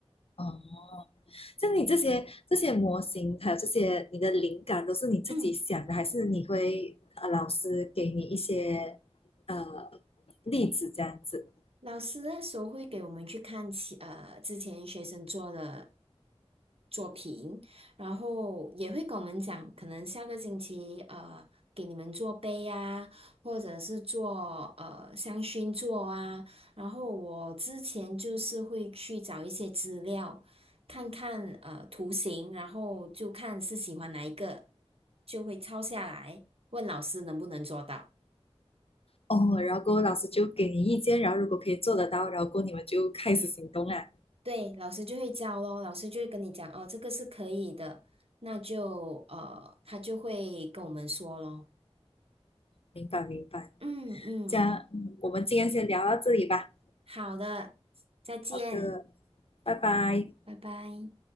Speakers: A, on the left; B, on the right.
A: 哦，像你这些这些模型，还有这些你的灵感，都是你自己想的，
B: 嗯。
A: 还是你会呃老师给你一些呃例子这样子？
B: 老师那时候会给我们去看其呃之前学生做的作品，然后也会跟我们讲，可能下个星期呃给你们做杯啊，或者是做呃香薰座啊。然后我之前就是会去找一些资料，看看呃图形，然后就看是喜欢哪一个，就会抄下来，问老师能不能做到。
A: 哦，然后过后老师就给你意见，然后如果可以做得到，然后过后你们就开始行动啦。
B: 对，老师就会教咯，老师就会跟你讲哦，这个是可以的，那就呃，他就会跟我们说咯。
A: 明白明白，
B: 嗯嗯，
A: 这样嗯我们今天先聊到这里吧。
B: 好的，再见，
A: 好的，拜拜。
B: 拜拜。